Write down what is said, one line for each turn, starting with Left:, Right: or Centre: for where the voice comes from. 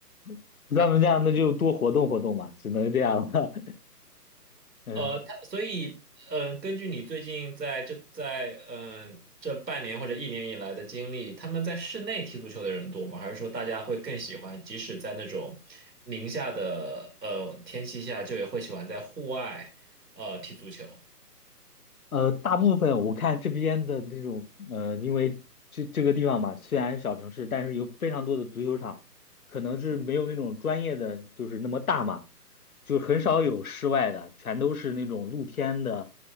Left: <laughs> 咱们这样，那就多活动活动嘛，只能这样了。<laughs> 嗯，
Right: 呃，他所以呃，根据你最近在这在嗯、呃这半年或者一年以来的经历，他们在室内踢足球的人多吗？还是说大家会更喜欢，即使在那种宁夏的呃天气下，就也会喜欢在户外呃踢足球？
Left: 呃，大部分我看这边的那种，呃，因为这这个地方嘛，虽然是小城市，但是有非常多的足球场，可能是没有那种专业的，就是那么大嘛，就很少有室外的，全都是那种露天的，